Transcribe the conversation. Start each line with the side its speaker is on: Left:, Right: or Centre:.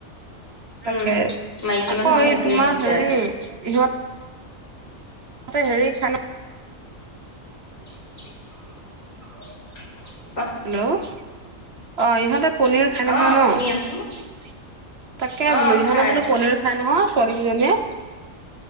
Right: তাকে
Left: উম, মাইকী
Right: আকৌ
Left: মানুহৰ
Right: এই
Left: সেইটোয়ে
Right: তোমাৰ
Left: দিগদাৰ।
Right: হেৰি ইহঁত। তাতে হেৰি খানা
Left: <unintelligible>
Right: হেল্ল' অ ইহঁতে পনীৰ খাই নহয়
Left: অ',
Right: ন
Left: শুনি আছো,
Right: তাকে
Left: অ',
Right: বোলো ইহঁতে
Left: খাই,
Right: বোলো পনীৰ খাই নহয় ছোৱালীকেইজনীয়ে।